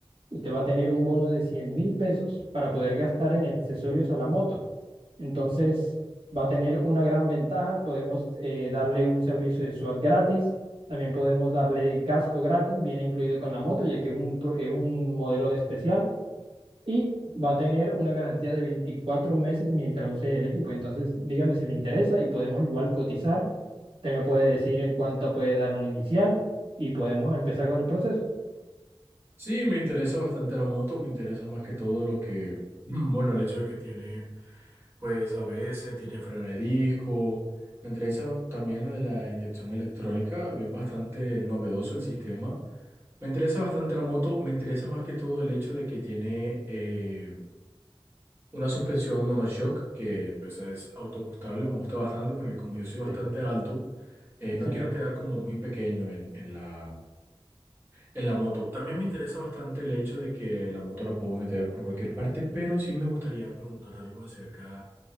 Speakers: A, on the right; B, on the right.
A: usted va a tener un bono de cien mil pesos para poder gastar en accesorios a la moto. Entonces, va a tener una gran ventaja. Podemos eh, darle un servicio de SWAT gratis. También podemos darle casco gratis, viene incluido con la moto, ya que es un, pro- es un modelo especial. Y va a tener una garantía de 24 meses mientras use el equipo. Entonces, dígame si le interesa y podemos igual cotizar. Usted me puede decir en cuánto puede dar un inicial y podemos empezar con el proceso.
B: Sí, me interesa bastante la moto, me interesa más que todo lo que, <clears throat> mm, bueno, el hecho de que tiene, pues, ABS, tiene freno de disco. Me interesa también lo de la inyección electrónica, es bastante novedoso el sistema. Me interesa bastante la moto, me interesa más que todo el hecho de que tiene eh, una suspensión monoshock, que pues, es autoajustable, me gusta bastante porque como yo soy bastante
A: Sí,
B: alto, eh,
A: sí,
B: no
A: señor.
B: quiero quedar como muy pequeño en, en la, en la moto. También me interesa bastante el hecho de que la moto la puedo meter por cualquier parte, pero sí me gustaría preguntar algo acerca,